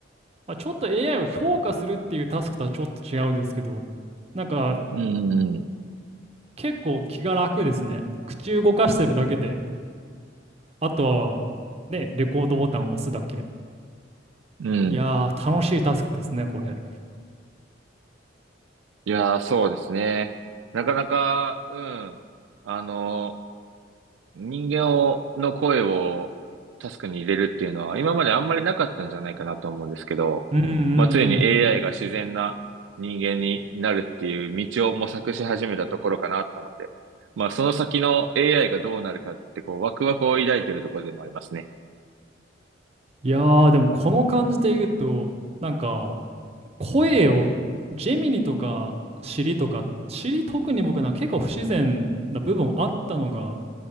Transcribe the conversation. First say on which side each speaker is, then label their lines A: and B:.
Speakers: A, on the right (about 35°); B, on the right (about 80°).
A: まあ、ちょっと AI を評価するっていうタスクとはちょっと違うんですけど、なんか、
B: うんうん
A: 結構気が楽ですね。口動かしてるだけで、あとは、ね、レコードボタンを押すだけ。
B: うん。
A: いやー、
B: うん。
A: 楽しいタスクですね、これ。
B: いやー、そうですね。なかなか、うん。あの、人間を、の声をタスクに入れるっていうのは、今まであんまりなかったんじゃないかなと思うんですけど、
A: うんうんうん。
B: まあ、ついに AI が自然な人間になるっていう道を模索し始めたところかなと思って。まあ、その先の AI がどうなるかって、こう、ワクワクを抱いてるところでもありますね。
A: いやー、でもこの感じで言うと、なんか、声を、ジェミニとか、シリとか、シリ特に僕なんか結構不自然な部分あったのが、